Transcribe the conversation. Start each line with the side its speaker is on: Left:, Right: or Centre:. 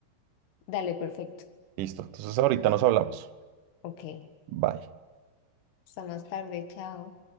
Left: Dale, perfecto.
Right: Listo, entonces ahorita nos hablamos.
Left: Ok.
Right: Bye.
Left: Hasta más tarde, chao.